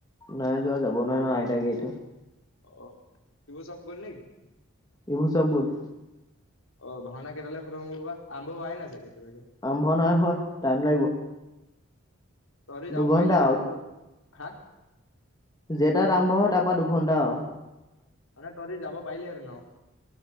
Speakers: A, on the left; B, on the left.
A: নাই যোৱা যাব নোৱাৰে ন' আইতাকে এৰি থৈ।
B: অহ ইবোৰ চব গ'ল নেকি?
A: ইবোৰ চব গ'ল।
B: অ' ভাওনা কেইটালে খতম হ'ব বা আৰম্ভ হোৱাই নাই এতিয়ালৈকে। চাগে!
A: আৰম্ভ নাই হোৱা, টাইম লাগিব।
B: তহঁতি যাব
A: দুঘন্টা
B: পাৰিলেহেঁতেন
A: আৰু
B: কিন্তু হা
A: যেটাত আৰম্ভ হয় তাৰপা দু ভোন ডাও
B: মানে তহঁতে যাব পাৰিলি হেতেন আৰু